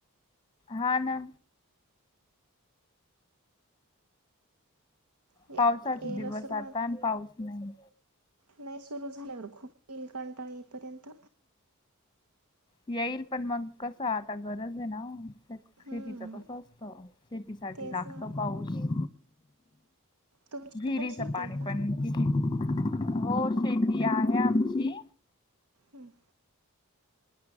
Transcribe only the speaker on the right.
ये
यायला
सुरुवात
नाही सुरू झाल्यावर खूप कलकंटाळा येईपर्यंत
हम्म,
तेच
ना
तुमची
पण शेती
आहे का
हम्म